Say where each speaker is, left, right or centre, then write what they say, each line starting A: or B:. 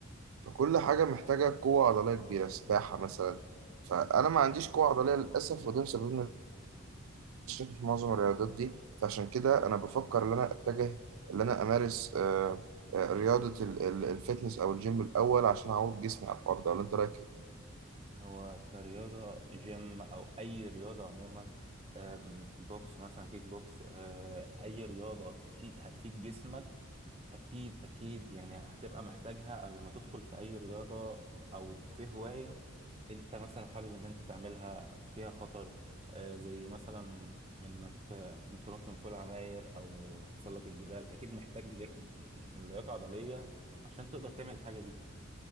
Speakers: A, on the right; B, on the right.
A: فكل حاجه محتاجه قوه عضليه كبيره سباحه مثلا فانا ما عنديش قوه عضليه للاسف وده مسبب لي مشاكل في معظم الرياضات دي فعشان كده انا بفكر ان انا اتجه ان انا امارس آه، آه، رياضه ال- ال- الفتنس او الجيم الاول عشان اعود جسمي على الحوار ده ولا انت رايك ايه؟
B: هو كرياضة جيم أو أي رياضة عموما آم، بوكس مثلا كيك بوكس آه، أي رياضة تفيد هتفيد جسمك أكيد أكيد يعني هتبقى محتاجها قبل ما تدخل في أي رياضة أو في هواية انت مثلا حابب ان انت تعملها فيها خطر آه، زي مثلا انك آه، تنط من فوق العماير او تتسلق الجبال اكيد محتاج ليك- لياقة عضلية عشان تقدر تعمل الحاجة دي